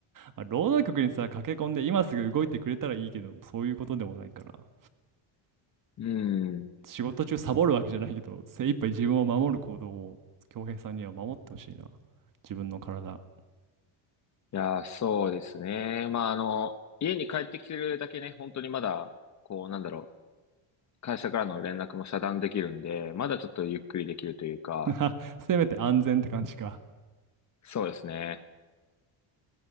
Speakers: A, on the right; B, on the left.
A: まあ労働局にさ、駆け込んで今すぐ動いてくれたらいいけど、そういうことでもないから。
B: い。うん。い
A: 仕事中サボるわけじゃないけど、精一杯自分を守る行動を、恭平さんには守ってほしいな。自分の体。
B: や、そうですね。まああの、家に帰ってきてるだけね、本当にまだ、こう、なんだろう。会社からの連絡も遮断できるんで、まだちょっとゆっくりできるというか、
A: <laughs> せめて安全って感じか。
B: そうですね。